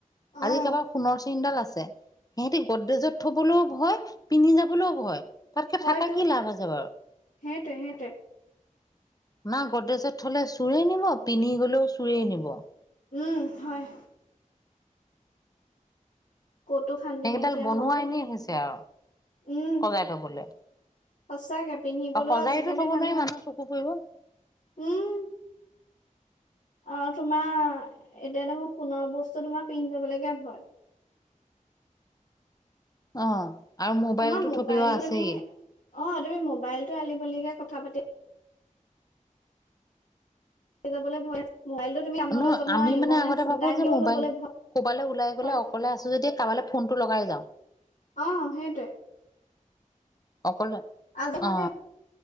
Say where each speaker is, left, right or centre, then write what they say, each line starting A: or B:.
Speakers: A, on the left; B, on the left.
A: অ',
B: আজি কাৰবাৰ সোণৰ চেইনডাল আছে সিহঁতে গড্ৰেজত থ'বলৈও ভয়, পিন্ধি যাবলৈও ভয়। তাতকে
A: হয়তো
B: থাকা কি লাভ আছে বাৰু?
A: সেইটোৱে সেইটোৱে,
B: না গড্ৰেজত থ'লে চোৰে নিব, পিন্ধি গ'লেও চোৰেই নিব।
A: উম, হয়। ক'তো শান্তি
B: সেইকেইডাল
A: নাইকিয়া
B: বনোৱা
A: হ'ল দেই,
B: এনেই হৈছে আৰু
A: উম।
B: সজাই থবলৈ
A: সঁচাকে পিন্ধিবলৈও
B: আৰু সজাইতো
A: আজিকালি
B: থব
A: মানুহে,
B: নোৱাৰি মানুহৰ চকু পৰিব
A: উম। আৰু তোমাৰ, এতিয়া দেখোন সোণৰ বস্তু তোমাৰ পিন্ধি যাবলৈকে ভয়।
B: অ', আৰু মোবাইলটো
A: তোমাৰ
B: থপিওয়া আছেই।
A: তুমি অ', তুমি মোবাইল টো আলি-গলিকে কথা পাতি যাবলৈ ভয় লাগে। মোবাইলটো তুমি কাণত
B: নহয়,
A: লৈ যাব নোৱাৰা,
B: আমি
A: ইম্পৰ্টেণ্ট
B: মানে আগতে
A: ফোন
B: ভাৱো
A: এটা আহিলেও
B: যে মোবাইল
A: ল'বলৈ
B: ক'বালৈ ওলাই
A: ভয়,
B: গ'লে অকলে আছো যেতিয়া কাৰবালে ফোন টো লগাই যাওঁ।
A: অ', সেইটোৱে।
B: অকলে
A: আজিকালি,
B: অ